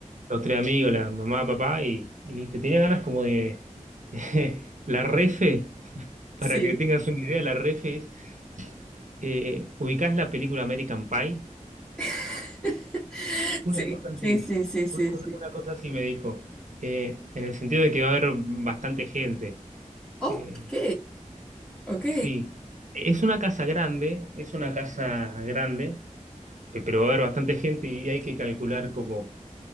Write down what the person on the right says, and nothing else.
los tres amigos, la mamá, papá, y, y listo. Tenía ganas como de... <laughs> La refe, para
que tengas una idea, la refe es... eh, ¿ubicás la película American Pie?
Una
cosa
así,
un- un-
una cosa así me dijo, eh, en el sentido de que va a haber bastante gente.
Eh,
sí, es una casa grande, es una casa grande, pe- pero va a haber bastante gente y hay que calcular como,